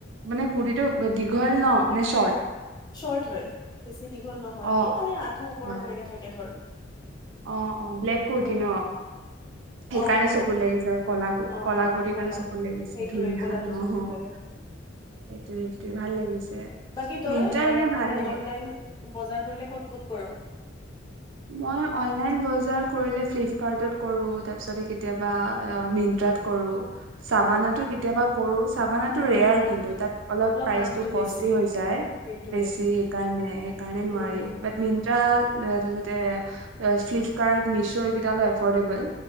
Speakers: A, on the right; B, on the left.
A: মানে কুৰটিটো। দীঘল ন নে শৰ্ট।
B: শৰ্ট হয় বেছি দীঘল নহয়
A: অ
B: এই মানে আঁঠু ওপৰত
A: অ
B: এনেকে থাকে ধৰ।
A: অ অ ব্লেক কুৰটি
B: উম
A: ন। সেইকাৰণে
B: অহ ব্লেক
A: চকু লাগিছে আৰু কলা
B: অ
A: কলাাকুৰ্টিৰ
B: অ ক'লা
A: কাৰণে চকু লাগিছে
B: সেইটোৱে
A: ধুনীয়া
B: ক'লাটো চকুত
A: অ সেইটোে
B: লাগে
A: সেইটোয়ে ভাল লাগিছে
B: বাকী তই
A: মিট্ৰা
B: অ
A: এনে ভালেই।
B: মানে অনলাইন বজাৰ কৰিলে ক'ত ক'ত কৰ
A: মই অনলাইন বজাৰ কৰিলে ফিল্টাৰটো কৰো তাৰপাছতে কেতিয়াবা মেট্ৰিকত কৰো। চাবানাটো
B: অ
A: কেতিয়াবা কৰো চাবানাটো
B: অ
A: ৰেয়াৰ কিন্তু তাত অলপ প্ৰাচ
B: দামটো বেছি
A: কষ্টল হৈ যায়
B: সেইটোৱে
A: বেছি সেইকাৰণে সেইকাৰণে নোৱাৰি
B: উম
A: বাট। <unintelligible> এ এ ফ্লিপকাৰ্ট মিছ' এইকেইটা লৈ এফৰ্ডেবল।